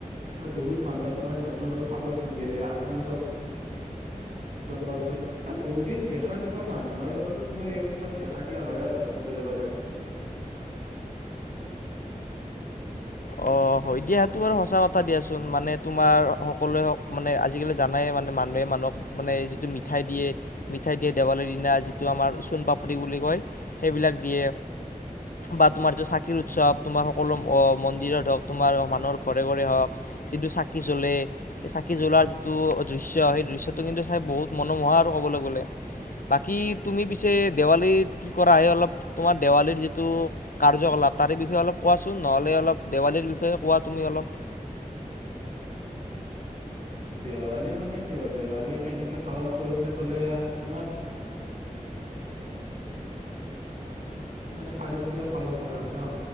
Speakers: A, on the right (about 60°); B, on the left (about 90°).
A: আৰু বহুত মানুহে তোমাৰ নতুন নতুন কাপোৰ পিন্ধে আত্মীয় স্বজন। জন বা ওচৰ এ বহুত দিন দেখা নোপোৱা মানুহৰ লগতো তোমাৰ এই সময়ত দেখা দিয়া হয় আৰু কবলে গলে। <inaudible>
B: অ হয় দিয়া সেইটো বাৰু সঁচা কথা দিয়াচোন মানে তোমাৰ সকলোৱ হওক মানে আজিকালি জানাইে মানে মানুহে মানুহ নক মানে যিটো মিঠাই দিয়ে মিঠাই দিয়ে দেৱালীৰ দিনা যিটো আমাৰ চোণ পাপ্ৰি বুলি কয়। সেইবিলাক দিয়ে বা তোমাৰ যিটো চাকিৰ উৎসৱ তোমাৰ সকলো মন্দিৰত হওঁক তোমাৰ মানুহৰ ঘৰে ঘৰে হওক, যিটো চাকি জ্বলে চাকি জ্বলাৰ যিটো দিশ্য সেই- দৃশ্যটো কিন্তু চাই বহুত মনোমোহা আৰু ক'বলৈ গ'লে। বাকী তুমি পিছে দেৱালী কি কৰা হয় অলপ তোমাৰ দেৱালীৰ যিটো কাৰ্যকলাপ তাৰে বিষয়ে কোৱা চোন নহ'লে অলপ দেৱালীৰ বিষয়ে কোৱা তুমি অলপ?
A: দেৱালী মানে কি আৰু দেৱালী কেনেকে পালন কৰো বুলি ক'লে তোমাৰ মানে কালী পূজাও পালন কৰা হয় ন।